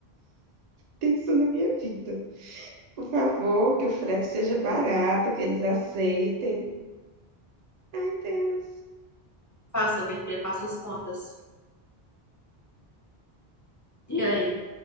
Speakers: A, on the right (about 45°); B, on the left (about 20°).
A: Tem isso na minha vida. Por favor, que o frete seja barato, que eles aceitem. Ai, Deus.
B: Faça, minha filha, faça as contas. E aí?